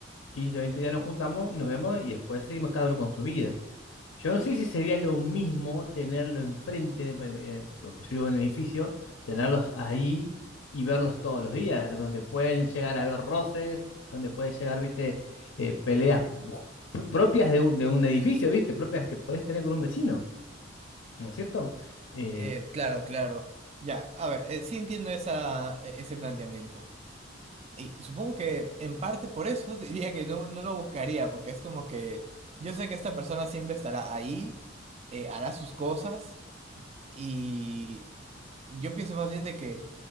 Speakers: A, on the left; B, on the right.
A: quince veinte días nos juntamos y nos vemos y después seguimos cada uno con su vida. Yo no sé si sería lo mismo tenerlo enfrente, pues, eh, pues yo vivo en un edificio, tenerlos ahí y verlos todos los días, donde pueden llegar a ver roces, donde puede llegar, viste, eh, peleas pr- propias de un, de un edificio, viste, propias que podés tener con un vecino, ¿no es cierto? Eh,
B: Eh, claro, claro. Ya, a ver, eh, sí entiendo esa, e- ese planteamiento. Y supongo que en parte por eso <laughs> diría que no, no lo buscaría, porque es como que yo sé que esta persona siempre estará ahí, eh, hará sus cosas. Y Yo pienso más bien de que